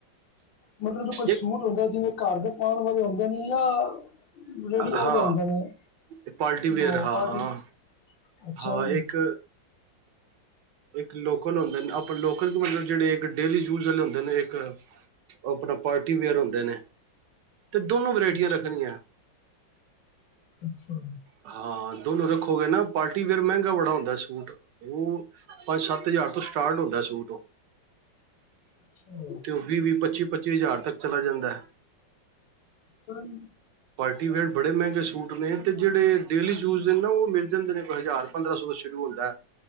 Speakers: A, on the left (about 70°); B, on the right (about 70°).
A: ਮਤਲਬ ਕੋਈ ਸੂਟ
B: ਇੱਕ
A: ਹੁੰਦੈ ਜਿਵੇਂ ਘਾਰ ਦੇ ਪਾਣ ਵਾਲੇ ਹੁੰਦੇ ਨੇ ਯਾ ਰੇਡੀ
B: ਹਾਂ
A: ਓ ਜੜੇ ਹੁੰਦੇ ਨੇ
B: ਪਾਰਟੀ ਵੇਅਰ
A: ਓ
B: ਹਾਂ
A: ਪਾਰਟੀ ਅੱਛਾ
B: ਹਾਂ
A: ਜੀ
B: ਇੱਕ ਇੱਕ ਲੋਕਲ ਹੁੰਦੇ ਨੇ ਆਪਣੇ ਲੋਕਲ ਮਤਲਬ ਜਿਹੜੇ ਇੱਕ ਡੇਲੀ ਯੂਜ ਵਾਲੇ ਹੁੰਦੇ ਨੇ ਇੱਕ ਓ ਆਪਣਾ ਪਾਰਟੀ ਵੇਅਰ ਹੁੰਦੇ ਨੇ, ਤੇ ਦੋਨੋ ਵਰਾਇਟੀਆਂ
A: ਅੱਛਾ
B: ਰੱਖਣੀਆਂ।
A: ਅੱਛਾ।
B: ਹਾਂ, ਦੋਨੋ ਰੱਖੋਗੇ ਨਾ। ਪਾਰਟੀ ਵੇਅਰ ਮਹਿੰਗਾ ਬੜਾ ਹੁੰਦਾ ਸੂਟ ਓ ਪੰਜ ਸੱਤ ਹਜ਼ਾਰ ਤੋਂ ਸਟਾਰਟ ਹੁੰਦਾ ਸੂਟ ਓ। <inaudible>
A: ਸਈ।
B: ਤੇ ਓ ਵੀਹ-ਵੀਹ ਪੱਚੀ-ਪੱਚੀ ਹਜ਼ਾਰ ਤੱਕ ਚਲਾ ਜਾਂਦਾ।
A: ਅੱਛਾ ਜੀ।
B: ਪਾਰਟੀ ਵੇਅਰ ਬੜੇ ਮਹਿੰਗੇ ਸੂਟ ਨੇ ਤੇ ਜਿਹੜੇ ਡੇਲੀ ਯੂਜ ਦੇ ਨਾ ਓ ਮਿਲ ਜਾਂਦੇ ਨੇ ਹਜ਼ਾਰ ਪੰਦਰਾਂ ਸੌ ਤੋਂ ਸ਼ੁਰੂ ਹੁੰਦਾ।